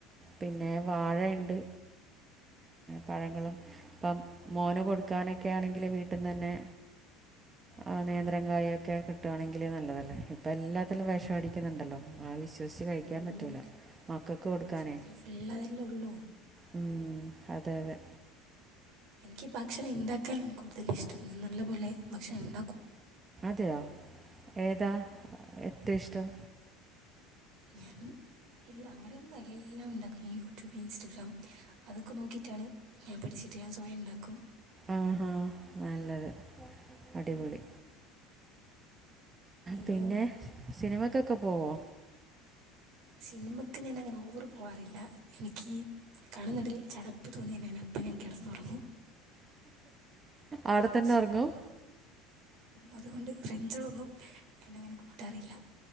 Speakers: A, on the right; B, on the right.
A: പിന്നെ വാഴണ്ട് പഴങ്ങളും പ്പം മോന് കൊടുക്കാനൊക്കാണെങ്കില് വീട്ടിന്നന്നെ ആഹ് നേന്ത്രകായൊക്കെ കിട്ടുവാണെങ്കില് നല്ലതല്ലേ ഇപ്പൊ എല്ലാത്തിലും
B: അങ്ങനെ
A: വിഷമടിക്കുന്ന്ണ്ടല്ലോ ആവശ്യ <unintelligible> കഴിക്കാൻ
B: ഉം.
A: പറ്റൂല മക്കക്ക് കൊടുക്കാനേ
B: ഭക്ഷണത്തിൽ ഫുൾ അതല്ലേ ഉള്ളൂ
A: മ്മ് അതെ അതെ
B: എനിക്ക് ഭക്ഷണം ഇണ്ടാക്കാൻ കൂടുതല് ഇഷ്ടം ഞാൻ നല്ല പോലെ ഭക്ഷണം ഇണ്ടാക്കും
A: തെയോ ഏതാ എറ്റഷ് റ്റും
B: ഞാൻ ഇല്ല അങ്ങനെയൊന്നുംമെല്ലാം ഇണ്ടാക്കല് യൂട്യൂബ് ഇൻസ്റ്റഗ്രാം അതൊക്കെ നോക്കിയിട്ടാണ് ഞാൻ പഠിച്ചിട്ട് ഞാൻ സ്വയം ഉണ്ടാക്കും
A: ആഹാ നല്ലത് അടിപൊളി
B: നിങ്ങളോ
A: പിന്നെ സിനിമക്ക് ക്ക് പോവൊ
B: സിനിമക്ക് ഞാനങ്ങനെ ഓവറ് പോവാറില്ല എനിക്കീ കാണ്ന്നതിൽ ചടപ്പ് തോന്നി ഞാനപ്പം ഞാൻ കെടന്നൊറങ്ങും
A: ആടെ തന്നെ
B: പ്രശ്നമാണ്
A: ഒറങ്ങും
B: അതുകൊണ്ട് ഫ്രൺസുകളൊന്നും എന്നങ്ങനെ കൂട്ടാറില്ല